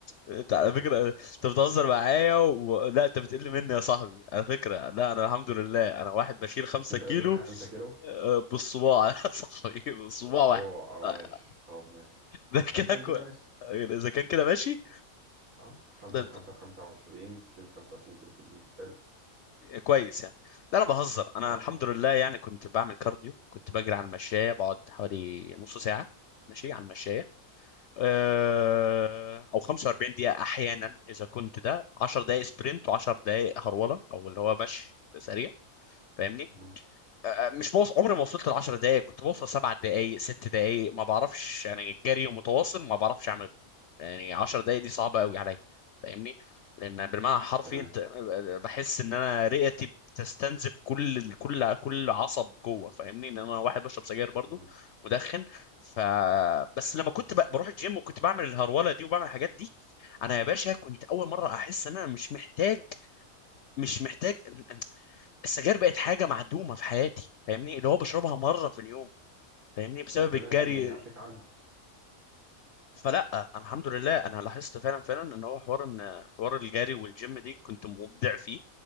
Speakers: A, on the left (about 65°); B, on the right (about 70°).
A: انت
B: الرز
A: على فكرة
B: وماشي
A: انت بتهزر معايا و... لا انت بتقل مني يا صاحبي على فكرة لا انا الحمد لله انا واحد بشيل خمسة
B: مش انت
A: كيلو
B: اللي بتقول خمسة كيلو
A: اه، بالصباع <laughs> يا صاحبي بالصباع
B: بص
A: واحد
B: هو اه
A: اه،
B: ماشي طب ماشي
A: ده
B: اذا
A: كده
B: كان
A: كويس
B: كده ماشي
A: اذا كان كده ماشي
B: اه خمسة
A: ده انت...
B: في خمسة ب 25 تشيل 25 كيلو في الإيد حلو
A: كويس يعني لا انا بهزر انا
B: اه
A: الحمد
B: كويس
A: لله يعني كنت بعمل كارديو كنت بجري على المشاية بقعد حوالي نص ساعة ماشي على المشاية اه، او 45 دقيقة احيانا اذا كنت ده 10 دقائق سبرنت و10 دقائق هرولة او اللي هو مشي سريع فاهمني
B: مم.
A: آه، آه، مش بوص... عمري ما وصلت ل 10 دقائق كنت بوصل سبع دقائق ست دقائق ما بعرفش يعني الجري ومتواصل ما بعرفش اعمله يعني 10 دقائق دي صعبه قوي عليا فاهمني لان بالمعنى الحرفي
B: تمام
A: انت آه، آه، بحس ان انا رئتي بتستنزف كل كل كل عصب جوه فاهمني ان انا واحد بشرب سجاير برضو
B: مم.
A: مدخن ف بس لما كنت ب- بروح الجيم وكنت بعمل الهروله دي وبعمل الحاجات دي انا يا باشا كنت اول مره احس ان انا مش محتاج مش محتاج السجاير بقت حاجه معدومه في حياتي فاهمني اللي هو بشربها مره في اليوم فاهمني بسبب
B: ربنا
A: الجري
B: يعافيك عنها
A: فلا انا الحمد لله انا لاحظت فعلا فعلا ان هو حوار ان حوار الجري والجيم دي كنت مبدع فيه